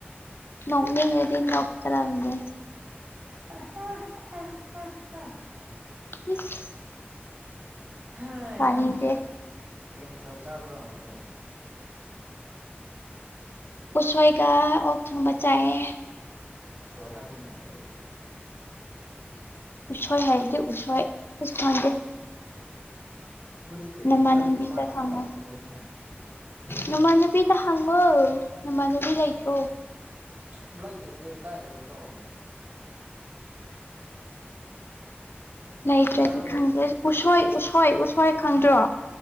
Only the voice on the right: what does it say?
<unintelligible>
ꯍꯥꯏ
ꯍꯥ ꯀꯔꯤ ꯃꯊꯦꯜ ꯆꯥꯕ꯭ꯔꯣ ꯉꯁꯤ
ꯎꯁꯣꯏ ꯍꯥꯏꯁꯤꯅ ꯀꯔꯤ
ꯑꯗꯨꯗꯤ ꯀꯔꯤꯒꯤ
ꯅꯪꯗꯤ ꯀꯃꯥꯏꯅ
ꯈꯪꯕ ꯎꯁꯣꯏꯅꯤꯅ
ꯁꯨꯛ
ꯁꯨꯛꯂꯩ ꯂꯩꯇꯦ ꯀꯥꯏ ꯂꯩꯕ꯭ꯔꯣ
ꯇꯥꯕ꯭ꯔꯣ